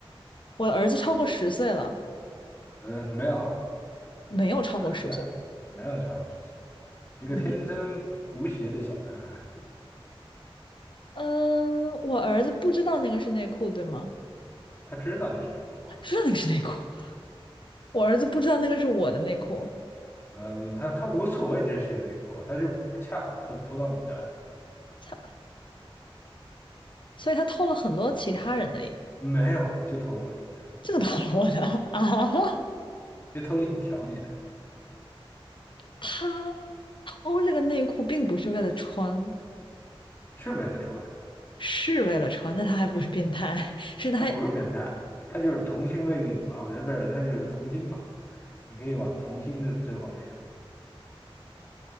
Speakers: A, on the left (about 55°); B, on the left (about 25°).
A: 我儿子超过十岁了，
B: <laughs> 呃，没有，
A: 没有超过十岁。
B: 真的没有超过十岁，一个天真无邪的小男孩，
A: 没嗯、我儿子不知道那个是内裤，对吗？
B: 他知道那是内裤，啊。
A: 知道那个是内裤，我儿子不知道那个是我的内裤，
B: 呃，他他无所谓这是谁内裤，他就恰好碰偷到你的了，
A: 他所以他偷了很多其他人的，
B: 没有就偷了你的，
A: 这个偷了我的 <laughs> 啊。
B: 就偷了一条你的，
A: 他偷这个内裤并不是为了穿，
B: 是为了穿。
A: 是为了穿，的，他还不是变态，是他
B: 他不是变态，他就是童心未泯吧？我觉得不是，他就是童心嘛，你可以往童心这这方面想，